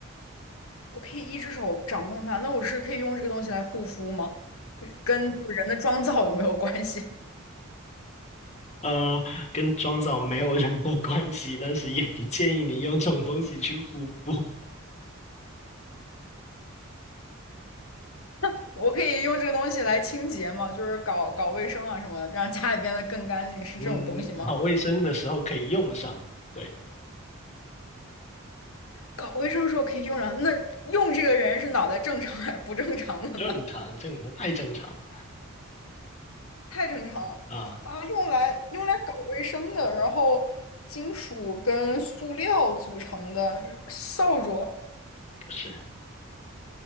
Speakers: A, on the left (about 80°); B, on the left (about 30°).
A: 我可以一只手掌控它，那我是可以用这个东西来护肤吗？跟就是人的妆造有没有关系？
B: 呃，跟妆造没有任何关系，但是也不建议你用这种东西去护肤。
A: <laughs> 我可以用这个东西来清洁吗？就是搞搞卫生啊什么，让家里变得更干净，是这种东西吗？
B: 嗯，搞卫生的时候可以用上，对，
A: 搞卫生的时候可以用上，那用这个人是脑袋正常还是不正常的呢？
B: 正常正常，太正常
A: 太正常
B: 啊，
A: 啊！用来用来搞卫生的，然后金属跟塑料组成的扫帚，
B: 不是，